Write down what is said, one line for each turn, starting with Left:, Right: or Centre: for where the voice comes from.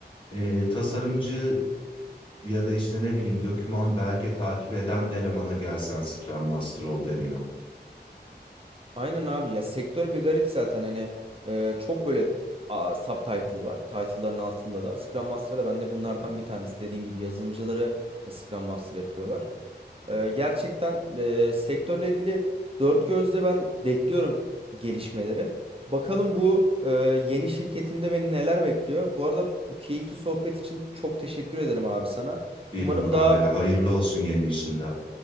Left: e, tasarımcı ya da işte ne bileyim doküman belge takip eden elemana gelsen Scrum Master ol deniyor.
Right: Aynen abi ya sektör bir garip zaten hani e, çok böyle a, subtitle var. Title'ların altında da Scrum Master'da ben de bunlardan bir tanesi. Dediğin gibi yazılımcıları da Scrum Master yapıyorlar. E, gerçekten e, sektörle ilgili dört gözle ben bekliyorum gelişmeleri. Bakalım bu e, yeni şirketimde beni neler bekliyor. Bu arada bu keyifli sohbet için çok teşekkür ederim abi sana.
Left: Bir
Right: Umarım
Left: mukabele
Right: daha
Left: hayırlı olsun yeni işinde.